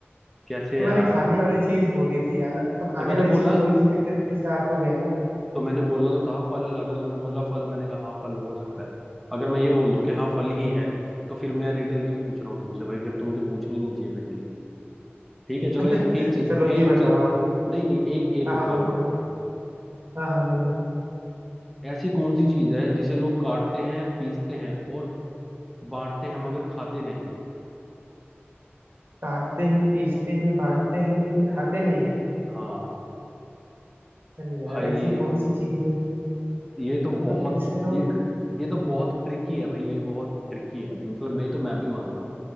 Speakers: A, in the centre; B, on the right.
A: कैसे
B: तो
A: यार
B: मैंने खाने
A: मतलब
B: वाली चीज बोली थी यार तो खाने
A: तो मैंने
B: वाली चीज
A: बोला
B: बोली थी तो एक तरीके से आ तो गया
A: तो मैंने बोला तो था फल अगर तुमने बोला फल मैंने कहा हाँ फल हो सकता है अगर मैं ये बोल दूं कि हाँ फल ही है तो फिर मैं रिडल क्यों पूछ रहा हूँ तुमसे भाई फिर तो मुझे पूछनी नहीं चाहिए पहेली ठीक है चलो
B: <laughs>
A: एक एक चीज
B: चलो
A: है
B: ये
A: एक
B: बताओ
A: चीज
B: आप
A: नहीं नहीं एक एक
B: हाँ
A: और
B: हाँ बोलो
A: एक और
B: बोलो
A: एक
B: हाँ हाँ बोलो
A: ऐसी कौन सी चीज है जिसे लोग काटते हैं पीसते हैं और बांटते हैं मगर खाते नहीं
B: काटते हैं पीसते हैं बांटते हैं लेकिन खाते नहीं
A: हाँ
B: अरे यार
A: भाई
B: ऐसी कौन सी चीज है
A: ये तो
B: हाँ,
A: बहुत
B: जिसे लोग
A: ये ये तो बहुत ट्रिकी है भाई ये बहुत ट्रिकी है मतलब मैं तो मैं भी मानता हूँ